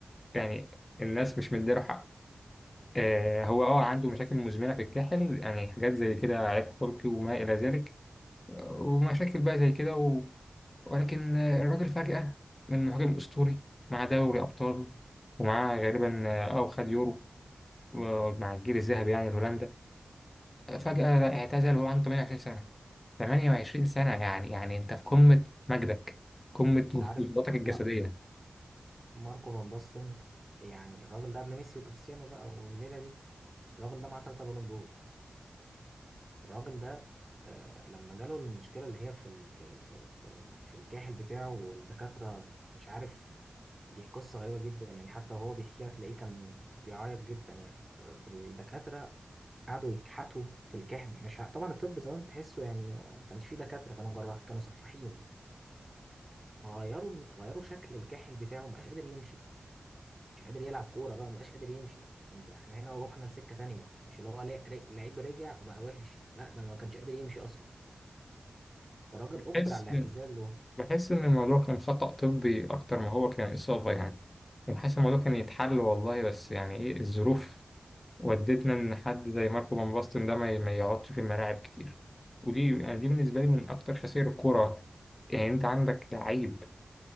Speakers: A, on the left (about 35°); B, on the right (about 30°).
A: يعني الناس مش مديله حقه آه، هو اه عنده مشاكل مزمنة في الكاحل يعني حاجات زي كده عيب خلقي وما إلى ذلك آه، ومشاكل بقى زي كده و... ولكن آه، الراجل فجأة من مهاجم أسطوري مع دوري أبطال ومعاه غالبا اه آه، وخد يورو و- مع الجيل الذهبي يعني لهولندا فجأة لا، اعتزل وهو عنده 28 سنة 28 سنة يعني يعني أنت في قمة مجدك قمة
B: انت عارف
A: قدراتك الجسدية
B: ما- ماركو فان باستن يعني الراجل ده قبل ميسي وكريستيانو بقى والليله دي الراجل ده معاه ثلاثه بالون دور الراجل ده آه، لما جاله المشكله اللي هي في ال- في في في, في الكاحل بتاعه والدكاتره مش عارف دي قصة غريبة جدا يعني حتى وهو بيحكيها تلاقيه كان بيعيط جدا يعني الر- الدكاترة قعدوا يكحتوا في الكحم مش ع- طبعا الطب زمان تحسه يعني ما كانش فيه دكاترة كانوا جراح كانوا سفاحين غيروا غيروا شكل الكاحل بتاعه مبقاش قادر يمشي مش قادر يلعب كورة بقى مبقاش قادر يمشي انت احنا هنا روحنا لسكة تانية مش اللي هو لا- ر- لعيب رجع وبقى وحش لا ده ما كانش قادر يمشي أصلا فالراجل أجبر
A: بس
B: على الاعتزال له
A: بحس إن الموضوع كان خطأ طبي أكتر ما هو كان إصابة يعني بحس الموضوع كان يتحل والله بس يعني إيه الظروف ودتنا إن حد زي ماركو فان باستن ده ما ما يقعدش في الملاعب كتير ودي يعني دي بالنسبة لي من أكتر خسائر الكورة يعني أنت عندك لعيب